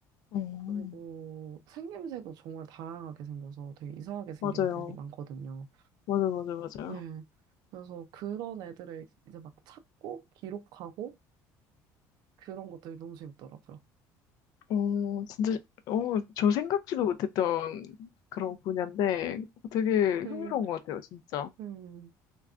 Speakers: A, on the left; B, on the right.
A: 음,
B: 그리고 생김새도 정말 다양하게 생겨서 되게 이상하게 생긴
A: 맞아요.
B: 애들이 많거든요.
A: 맞아요, 맞아요, 맞아요.
B: 네. 그래서 그런 애들을 이제 막 찾고, 기록하고, 그런 것들이 너무 재밌더라고요.
A: 어, 진짜, 어, 저 생각지도 못했던 그런 분야인데 되게
B: 음,
A: 흥미로운 것 같아요, 진짜.
B: 음.